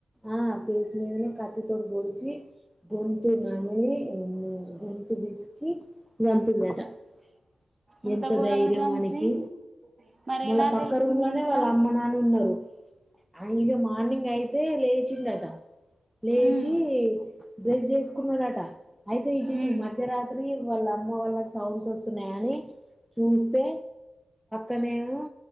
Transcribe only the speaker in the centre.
ఆ ఫేస్ మీదనే కత్తి తోటి పొడిచి గొంతు నమిలి అమ్మో గొంతు పిసికి <unintelligible>
ఎంత
ధైర్యం
వానికి
మళ్ళ
పక్క
రూమ్లోనే
వాళ్ళ అమ్మ నాన్న ఉన్నరు ఆ ఇగ మార్నింగ్ అయితే లేచిందటా లేచి
బ్రష్ చేసుకున్నదట అయితే <unintelligible>
మధ్యరాత్రి వాళ్ళ అమ్మ వాళ్ళకి సౌండ్స్ వస్తున్నయని చూస్తే చూస్తేనేమో